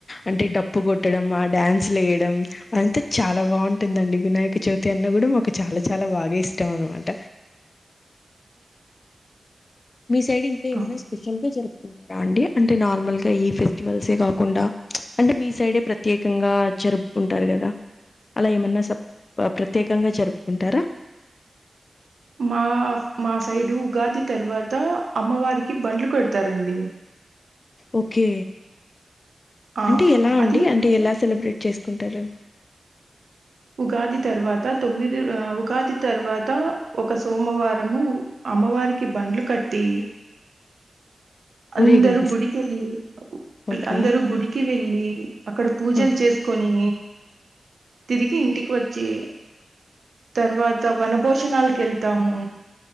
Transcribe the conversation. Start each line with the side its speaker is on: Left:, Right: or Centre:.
Left: అంటే డప్పు కొట్టడం ఆ డ్యాన్స్లు వేయడం అదంతా చాలా బాగుంటుందండి వినాయక చవితి అన్న కూడా మాకు చాలా చాలా బాగా ఇష్టం అనమాట మీ సైడ్ ఇంకా ఏమైనా
Right: అవును
Left: స్పెషల్గా జరు ంటారా అండి అంటే నార్మల్గా ఈ ఫెస్టివల్సే కాకుండా అంటే మీ సైడే ప్రత్యేకంగా జరుపుకుంటారు కదా అలా ఏమన్నా ప్రత్యేకంగా జరుపు చెప్పుకుంటారా
Right: మా మా సైడు ఉగాది తర్వాత అమ్మవారికి బండ్లు కొడతారండి
Left: ఓకే
Right: ఆ
Left: అంటే ఎలా
Right: అది
Left: అండి అంటే ఎలా సెలబ్రిటీ చేసుకుంటారు
Right: ఉగాది తర్వాత తొమ్మిది ఉగాది తర్వాత ఒక సోమవారము అమ్మవారికి బండ్లు కట్టి అందరుూ
Left: ఊరేగింపిస్తారు
Right: గుడికి వెళ్ళలి
Left: ఓకే
Right: అందరుూ గుడికి వెళ్ళలి అక్కడ పూజలు
Left: హ్మ్.
Right: చేసుకొని తిరిగి ఇంటికి వచ్చి తర్వాత వనభోజనాలికెళ్తాము